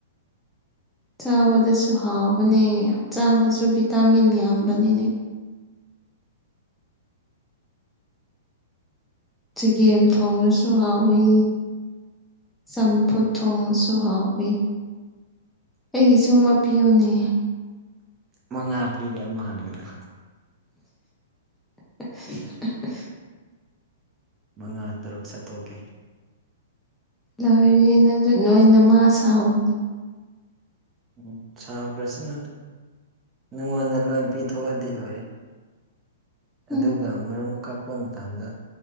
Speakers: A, in the centre; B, on the right (about 20°).
A: ꯆꯥꯕꯗꯁꯨ ꯍꯥꯎꯕꯅꯦ ꯍꯛꯆꯥꯡꯗꯁꯨ ꯚꯤꯇꯥꯃꯤꯟ ꯌꯥꯝꯕꯅꯤꯅꯦ ꯆꯒꯦꯝ ꯊꯣꯡꯂꯁꯨ ꯍꯥꯎꯋꯤ ꯆꯝꯐꯨꯠ ꯊꯣꯡꯉꯁꯨ ꯍꯥꯎꯋꯤ ꯑꯩꯒꯤꯁꯨ ꯑꯃ ꯄꯤꯌꯣꯅꯦ
B: ꯃꯉꯥ ꯄꯤꯒꯦ ꯑꯃ ꯍꯪꯉꯗꯨ
A: <unintelligible>
B: ꯃꯉꯥ ꯇꯔꯨꯛ ꯁꯠꯇꯣꯛꯀꯦ
A: ꯂꯣꯏꯔꯦꯍꯦ ꯅꯪꯖꯨ ꯅꯣꯏ ꯅꯃꯥ ꯁꯥꯎꯒꯅꯤ
B: ꯎꯝ ꯁꯥꯎꯒ꯭ꯔꯁꯨ <unintelligible> ꯅꯪꯉꯣꯟꯗ ꯂꯣꯏ ꯄꯤꯊꯣꯛꯑꯗꯤ ꯂꯣꯏꯔꯦ ꯑꯗꯨꯒ
A: ꯎꯝ
B: ꯃꯔꯨꯝ ꯀꯛꯄ ꯃꯇꯝꯗ